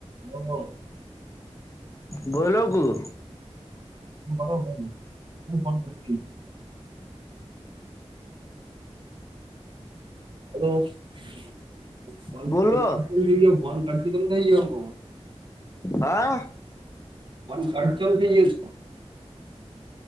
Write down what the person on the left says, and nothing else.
બોલો ગુ.
બોલો
હા.